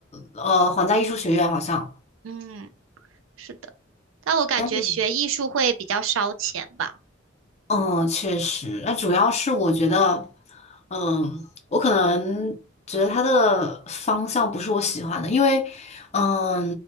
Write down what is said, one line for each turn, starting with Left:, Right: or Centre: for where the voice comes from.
Left: 呃，皇家艺术学院好像。
Right: 嗯，是的，但我感觉学艺术会比较烧钱吧。
Left: 但是。嗯，确实，那主要是我觉得，嗯，我可能觉得它的方向不是我喜欢的，因为，嗯，